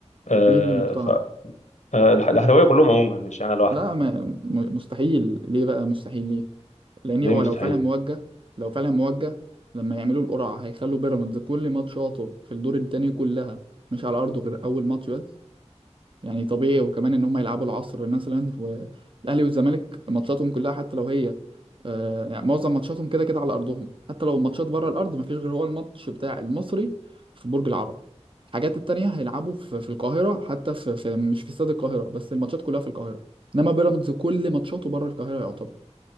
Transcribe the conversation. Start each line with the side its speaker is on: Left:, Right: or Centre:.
Left: آه
Right: مين اللي مقتنع
Left: ف آه الأح- الاهلاويه كلهم عموما مش انا لوحدي
Right: لا ما م- مستحيل ليه بقى مستحيل ليه لان
Left: ليه
Right: هو
Left: مستحيل
Right: لو فعلا موجه لو فعلا موجه لما يعملوا القرعه هيخلوا بيراميدز كل ماتشاته في الدور التاني كلها مش على ارضه غير اول ماتش بس يعني طبيعي وكمان ان هم يلعبوا العصر مثلا والاهلي والزمالك ماتشاتهم كلها حتى لو هي آه، يعني معظم ماتشاتهم كده كده على ارضهم حتى لو الماتشات بره الارض مفيش غير هو الماتش بتاع المصري في برج العرب الحاجات التانية هيلعبوا في, في القاهرة حتى في, في مش في استاد القاهرة بس الماتشات كلها في القاهرة انما بيراميدز كل ماتشاته بره القاهرة يعتبر